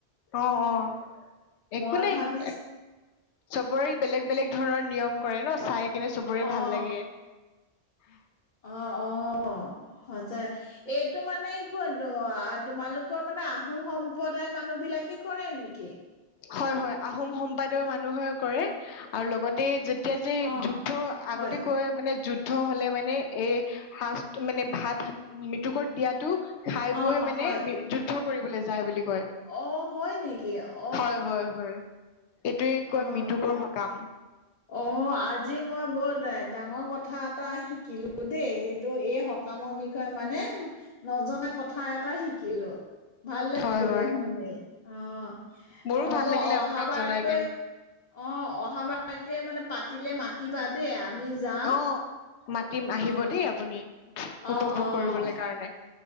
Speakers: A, on the left (about 85°); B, on the left (about 40°).
A: আহ অ একো
B: মই
A: নাই
B: ভাবিছো
A: এ চবৰে বেলেগ বেলেগ ধৰণৰ নিয়ম কৰে ন চাই কিন্ত চবৰে
B: অ',
A: ভাল লাগে হম
B: অ অ এইটো মানে ক তোমালোকৰ মানে আহোম সম্প্ৰদায়ৰ মানুহ বিলাকে কৰে নেকি
A: হয় হয় আহোম সম্পাদৰ মানুহে কৰে আৰু লগতে য এতিয়া যে
B: অ',
A: যুদ্ধ আগতে
B: হয়,
A: কয় মানে যুদ্ধ হলে মানে এ সাজ মানে ভাত মুকৰত দিয়াতো খাই
B: অ',
A: বৈ মানে
B: হয়,
A: যুদ্ধ কৰিবলৈ যায় বুলি কয়।
B: অ হয় নেকি অ
A: হয় হয় হয় এইটোৱে
B: অ'।
A: কয় মৃতুকৰ সকাম
B: অ আজি মই বৰ ডাঙৰ কথা এটা শিকিলো দেই এইটো এই সকামৰ বিষয়ে মানে নজনা কথা এটা শিকিলো ভাল লাগিলে
A: হয়, হয়।
B: শুনি অ
A: মোৰো
B: হ'ব
A: ভাল লাগিলে
B: অহাবাৰকৈ
A: আপোনাক জনাই কেনে।
B: অ অহাবাৰ তাকে মানে পাতিলে মাতিবা দেই আমি যাম
A: অ' মাতিম আহিব
B: অ',
A: দেই আপুনি।
B: অ',
A: উপভোগ
B: অ',
A: কৰিবলৈ কাৰণে।